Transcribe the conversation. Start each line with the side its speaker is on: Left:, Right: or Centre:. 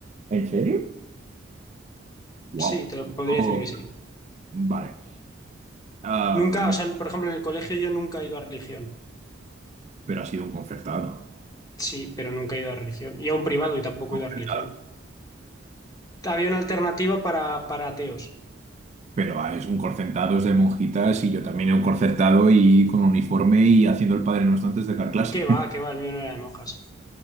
Right: ¿En serio? Wow.
Left: Sí, te lo
Right: Esto-
Left: podría decir que sí.
Right: vale. Ah,
Left: Nunca,
Right: me-
Left: o sea, por ejemplo, en el colegio yo nunca he ido a religión.
Right: pero ha sido un concertado.
Left: Sí, pero nunca he ido a religión. Y a un privado
Right: Pero es
Left: y tampoco
Right: un
Left: he ido
Right: concertado.
Left: a religión. Había una alternativa para, para ateos.
Right: Pero, ah, es un concertado es de monjitas y yo también he un concertado y con uniforme y haciendo el Padre Nuestro antes de dar clase.
Left: ¿Qué va?
Right: <laughs>
Left: ¿Qué va? El mío no era de monjas.